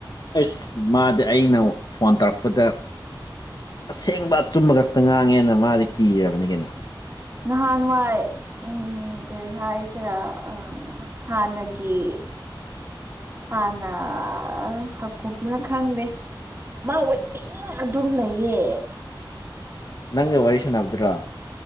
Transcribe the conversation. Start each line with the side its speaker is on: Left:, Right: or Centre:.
Left: ꯑꯁ ꯃꯥꯗꯤ ꯑꯩꯅ ꯐꯣꯟ ꯇꯧꯔꯛꯄꯗ ꯑꯁꯦꯡꯕ ꯑꯆꯨꯝꯕ ꯈꯛꯇ ꯉꯥꯡꯉꯦꯅ ꯃꯥꯗꯤ ꯀꯤꯔꯕꯅꯤ ꯀꯩꯅꯣ
Right: ꯅꯍꯥꯟꯥꯟꯅꯨꯡꯋꯥꯏ ꯎꯝ ꯎꯝ ꯀꯔꯤ ꯍꯥꯏꯁꯤꯔꯥ ꯑ ꯍꯥꯟꯅꯒꯤ ꯍꯥꯟꯅ ꯍꯀꯨꯞꯅ ꯈꯪꯗꯦ ꯃꯥ ꯑꯣꯏꯋ ꯇꯤꯡ ꯑꯗꯨꯝ ꯂꯩꯌꯦ
Left: ꯅꯪ ꯋꯥꯔꯤꯁꯟꯕꯗ꯭ꯔꯣ